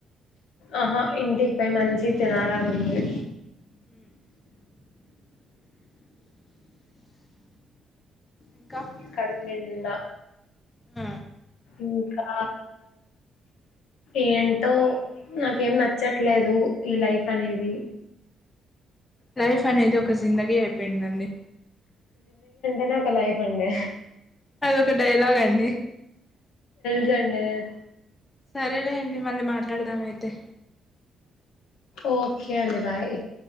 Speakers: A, on the left (about 80°); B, on the left (about 20°).
A: ఆహా ఇంటిపైయి మంచి సీత నారా నుంది
B: ఇంకా
A: కడు నింద
B: ఆ
A: ఇంకా ఏంటో నాకేం నచ్చట్లేదు ఈ లైఫ్ అనేది
B: లైఫ్ అనేది ఒక జిందగీ అయిపోయిందండి
A: ఇది ఒక లైఫ్ అండి
B: అదొక డైలాగ్ అండి
A: న్న <unintelligible>
B: సరేలే అండి మల్లి మాట్లాడా ఎట్లాడదామ అయితే
A: ఓకే అండి బాయ్